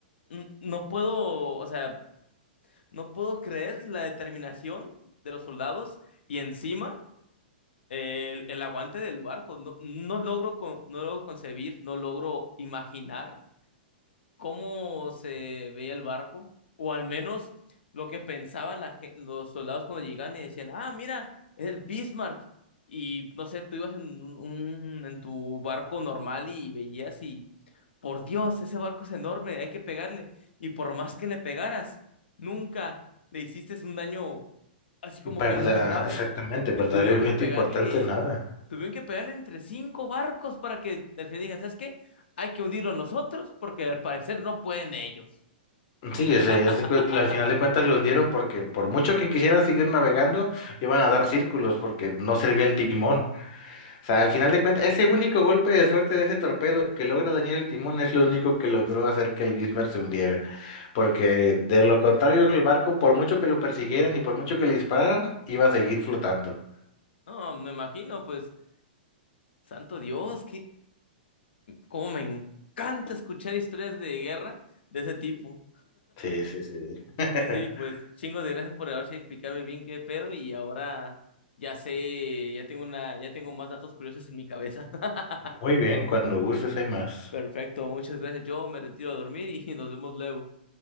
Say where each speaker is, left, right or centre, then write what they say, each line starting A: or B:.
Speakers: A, on the left; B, on the left.
A: n- no puedo, o sea, no puedo creer la determinación de los soldados y encima eh, el, el aguante del barco. No, no logro con- no logro concebir, no logro imaginar cómo se veía el barco, o al menos lo que pensaban la gen- los soldados cuando llegaban y decían, ah, mira, es el Bismarck. Y no sé, tú ibas en, un, un- en tu barco normal y veías y, por Dios, ese barco es enorme, hay que pegarle. Y por más que le pegaras, nunca le hiciste un daño así como
B: Verdad,
A: que muy grave.
B: exactamente, verdaderamente
A: Y tuvieron que pegarle,
B: importante nada.
A: tuvieron que pegarle entre cinco barcos para que al final dijeran, ¿sabes qué? Hay que hundirlo nosotros porque al parecer no pueden ellos.
B: Sí,
A: <laughs>
B: o sea, al final de cuentas lo hundieron porque por mucho que quisiera seguir navegando, iban a dar círculos porque no servía el timón. O sea, al final de cuentas, ese único golpe de suerte de ese torpedo que logra dañar el timón es lo único que logró hacer que el Bismarck se hundiera. Porque de lo contrario, el barco, por mucho que lo persiguieran y por mucho que le dispararan, iba a seguir flotando.
A: No, me imagino, pues, santo Dios, que cómo me encanta escuchar historias de guerra de ese tipo.
B: Sí, sí, sí. <laughs>
A: Y sí, pues, chingo de gracias por haberse explicarme bien qué pedo y ahora ya sé, ya tengo una, ya tengo más datos curiosos en mi cabeza. <laughs>
B: Muy bien, cuando gustes hay más.
A: Perfecto, muchas gracias. Yo me retiro a dormir y <laughs> nos vemos luego.